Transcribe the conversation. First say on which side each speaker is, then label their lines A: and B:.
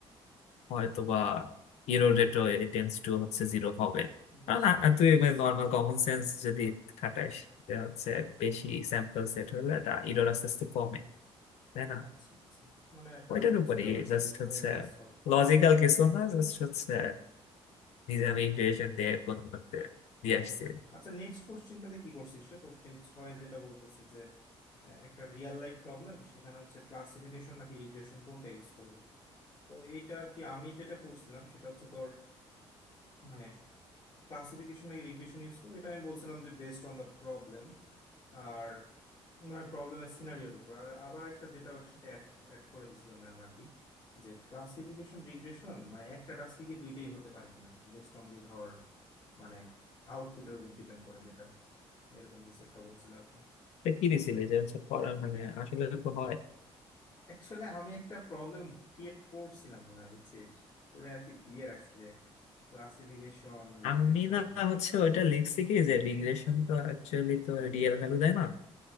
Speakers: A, on the left (about 85°); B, on the left (about 45°).
A: হয়তো বা ইরো রেটও এ টেন্স টু হচ্ছে জিরো হবে না।
B: বুঝতে
A: কারণ আ-
B: পারছি
A: তুই মানে নর্মাল কমন সেন্স যদি খাটাস যে হচ্ছে বেশি স্যাম্পল সেট হলে তা ইরোর আস্তে আস্তে কমে তাই না
B: আচ্ছা আচ্ছা মানে তাহলে
A: ওইটার
B: বুঝতে
A: উপরে
B: পারছি
A: জাস্ট
B: এইভাবে
A: হচ্ছে
B: আর কি সলভ করতে
A: লজিক্যাল
B: হবে
A: কিছু না জাস্ট হচ্ছে নিজে আমি ইন্টুইশন দিয়ে কোনো মতে দিয়ে
B: ও,
A: আসছি
B: আচ্ছা নেক্সট কোশ্চেনটাতে কি করছিস সে কোশ্চেন ছয় যেটা বলতেছে যে আহ, একটা রিয়েল লাইফ প্রবলেম সেখানে হচ্ছে ক্লাসিফিকেশন নাকি রিগ্রেশন কোনটা ইউজ করবে তো এইটা আর কি আমি যেটা করছিলাম সেটা হচ্ছে তোর মানে ক্লাসিফিকেশন নাকি রিগ্রেশন ইউজ করবে এটা আমি বলছিলাম যে বেস্ট অন দ্য প্রবলেম আর প্রবলেমের সিনারিওর উপর আর আবার একটা যেটা ওটার সাথে অ্যাড অ্যাড করে দিছিল ম্যাম আর কি যে ক্লাসিফিকেশন রিগ্রেশন মানে একটা টাস্কে কি দুইটাই হতে পারে কিনা বেস্ট অন দি ধর মানে আউটপুটের উপর ডিপেন্ড করে যেটা এরকম কিছু একটা বলছিল আর কি
A: এটা কি দিছিলি যে হচ্ছে পড়া- মানে আসলে তো হয়
B: অ্যাকচুয়ালি আমি একটা প্রবলেম ক্রিয়েট করছিলাম মনে হয় বুঝছিস ওরে আর কি দিয়ে রাখছি যে ক্লাসিফিকেশন রিগ্রেশন
A: আমি না হচ্ছে ওইটা লিখছি কি যে রিগ্রেশন তো অ্যাকচুয়ালি তো রিয়েল ভ্যালু দেয় না